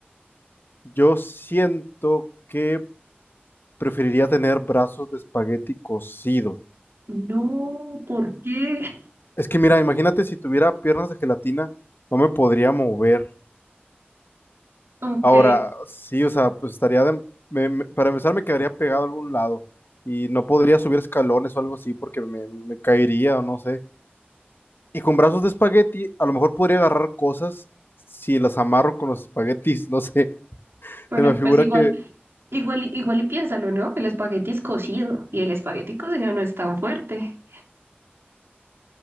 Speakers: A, on the left; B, on the right.
A: yo siento que preferiría tener brazos de espagueti cocido.
B: No, ¿por qué? <laughs>
A: Es que mira, imagínate si tuviera piernas de gelatina, no me podría mover.
B: Ok,
A: Ahora, sí, o sea, pues estaría de- me- me- para empezar me quedaría pegado a algún lado y no podría subir escalones o algo así porque me, me caería o no sé. Y con brazos de espagueti, a lo mejor podría agarrar cosas si las amarro con los espaguetis, no sé. <laughs>
B: pero
A: Se me figura
B: pues igual,
A: que,
B: igual, y- igual y piénsalo, ¿no? El espagueti es cocido y el espagueti cocido no es tan fuerte.